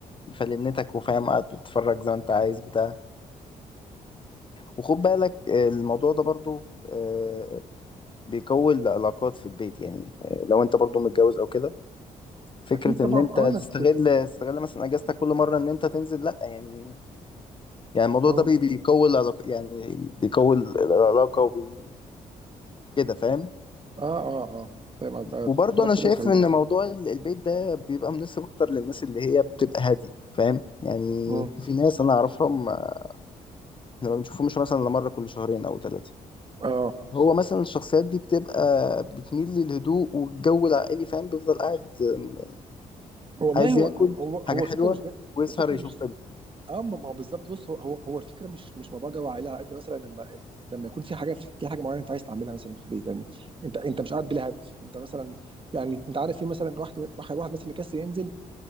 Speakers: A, on the left (about 35°); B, on the right (about 35°).
A: بفلنتك وفاهم قاعد تتفرج زي ما أنت عايز بتاع وخد بالك آه، الموضوع ده برضه آه بيكون العلاقات في البيت يعني آه لو أنت برضه متجوز أو كده فكرة
B: اكيد طبعا
A: إن أنت
B: اه انك
A: تستغل تستغل مثلا أجازتك كل مرة إن أنت تنزل لأ يعني يعني الموضوع
B: اه
A: ده بي- بيقوي العلاقة يعني بيقوي العلاقة وبي كده فاهم
B: اه اه اه فاهم قصدك.
A: وبرضه
B: رابط
A: انا شايف
B: الاسري
A: ان
B: مثلا
A: موضوع ال- البيت ده بيبقى مناسب اكتر للناس اللي هي بتبقى هاديه فاهم يعني
B: مم.
A: في ناس انا اعرفها ما احنا ما بنشوفهمش مثلا الا مره كل شهرين او ثلاثه
B: اه آه.
A: هو مثلا الشخصيات دي بتبقى بتميل للهدوء والجو العائلي فاهم بيفضل قاعد أم،
B: والله
A: عايز
B: هو
A: ياكل
B: هو هو
A: حاجه حلوه
B: الفكره مش جا...
A: ويسهر
B: الفكره
A: يشوف
B: مش
A: فيلم
B: اه ما ما هو بالظبط بص هو هو هو الفكره مش مش موضوع جو عائلي على قد مثلا لما لما يكون في حاجه في حاجه معينه انت عايز تعملها مثلا في البيت يعني انت انت مش قاعد بلا هدف انت مثلا يعني انت عارف في مثلا واحد واحد واحد مثلا يكسل ينزل